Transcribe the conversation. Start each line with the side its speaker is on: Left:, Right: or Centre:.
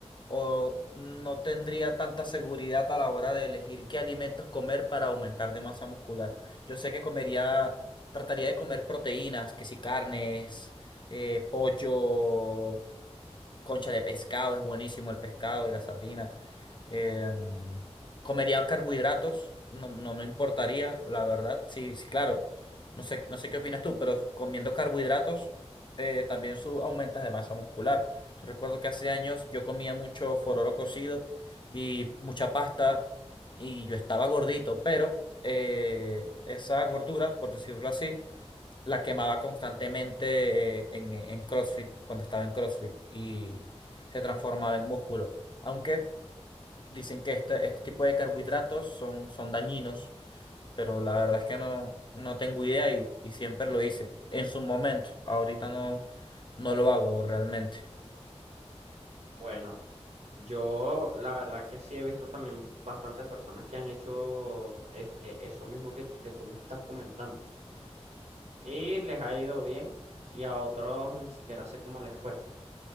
Left: o no tendría tanta seguridad a la hora de elegir qué alimentos comer para aumentar de masa muscular. Yo sé que comería, trataría de comer proteínas, que si carnes, eh, pollo concha de pescado, es buenísimo el pescado y la sardina. Em, comería carbohidratos, no, no me importaría, la verdad. Sí, sí, claro. No sé, no sé qué opinas tú, pero comiendo carbohidratos eh, también su, aumentas de masa muscular. Yo recuerdo que hace años yo comía mucho fororo cocido y mucha pasta y yo estaba gordito, pero eh, esa gordura, por decirlo así, la quemaba constantemente eh, en, en CrossFit, cuando estaba en CrossFit, y se transformaba en músculo. Aunque dicen que este, este tipo de carbohidratos son, son dañinos, pero la verdad es que no, no tengo idea y, y siempre lo hice en su momento. Ahorita no, no lo hago realmente.
Right: bueno. Yo, la verdad que sí he visto también bastantes personas que han hecho este, eso mismo que, que tú me estás comentando. Y les ha ido bien y a otros ni siquiera sé cómo les fue.